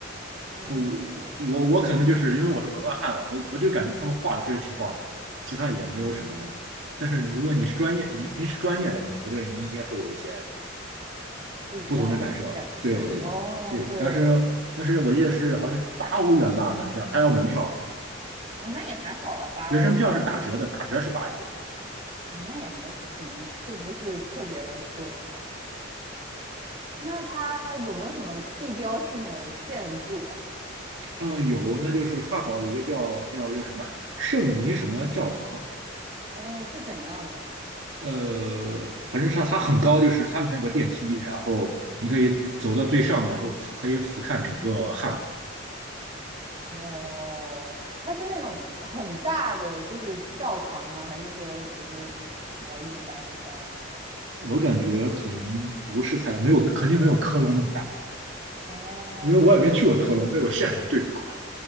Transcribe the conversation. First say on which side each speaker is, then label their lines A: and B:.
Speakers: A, on the right; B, on the right.
A: 哦哦
B: 都我我可能就是因为我是门外汉了，我我就感觉他们画的确实挺棒的，其他也没有什么。
A: 哦，
B: 但是如果你是专业，您您是专业的，你不对，您应该会有一些
A: 不一样的感受。
B: 不同的感受。对对对对，
A: 哦，对，
B: 当时但是我记得是好像是八欧元吧门票，他要门票，
A: 啊，那也还好了，八欧其实也没有，
B: 学生票是打折的，打折是八欧元。
A: 哦，那也还行，就不是特别的贵。那它有没有什么地标性的建筑啊？
B: 嗯，有，那就是汉堡有个叫叫叫什么圣尼什么教堂，
A: 哦，是怎样的？
B: 呃，反正是它它很高，就是它里面有个电梯，然后你可以走到最上面，然后俯可以俯瞰整个汉堡。
A: 哦，它是那种很大的，就是教堂吗？还是说只是比较一般的大小？
B: 我感觉可能不是太没有，肯定没有科隆那么大，
A: 哦，
B: 因为我也没去过科隆，没有现场对比过。